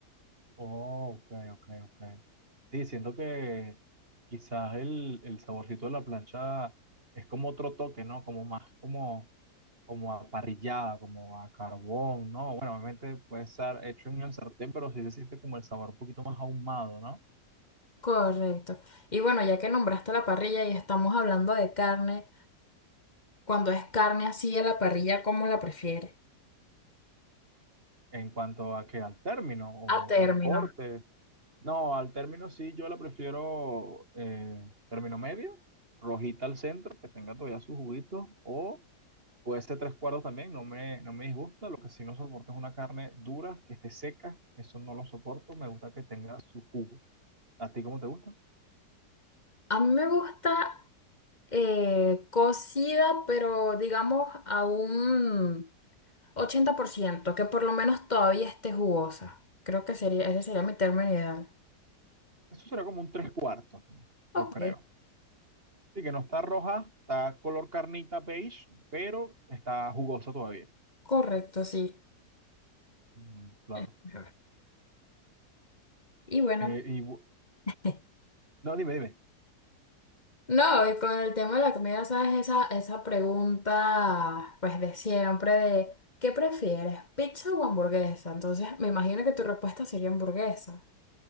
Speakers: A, on the right (about 35°); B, on the left (about 25°).
A: Oh, ok, ok, ok. Sí, siento que quizás el, el saborcito de la plancha es como otro toque, ¿no? Como más como, como a parrillada, como a carbón, ¿no? Bueno, obviamente puede estar hecho en el sartén, pero sí se siente como el sabor un poquito más ahumado, ¿no?
B: Correcto. Y bueno, ya que nombraste la parrilla y estamos hablando de carne, cuando es carne así a la parrilla, ¿cómo la prefieres?
A: En cuanto a que al término o,
B: A término.
A: o al corte. No, al término sí, yo la prefiero eh, término medio, rojita al centro, que tenga todavía sus juguitos, o... Puede ser tres cuartos también, no me, no me disgusta. Lo que sí no soporto es una carne dura, que esté seca. Eso no lo soporto. Me gusta que tenga su jugo. ¿A ti cómo te gusta?
B: A mí me gusta eh, cocida, pero digamos a un 80%, que por lo menos todavía esté jugosa. Creo que sería, ese sería mi término ideal.
A: Eso será como un tres cuartos,
B: Ok,
A: yo creo. Sí, que no está roja, está color carnita beige, pero está jugosa todavía.
B: correcto, sí.
A: Mm, claro.
B: Es mejor. Y bueno.
A: Eh, y, bu-
B: <laughs>
A: no, dime, dime.
B: No, y con el tema de la comida, ¿sabes? Esa, esa pregunta, pues de siempre, de ¿qué prefieres, pizza o hamburguesa? Entonces, me imagino que tu respuesta sería hamburguesa.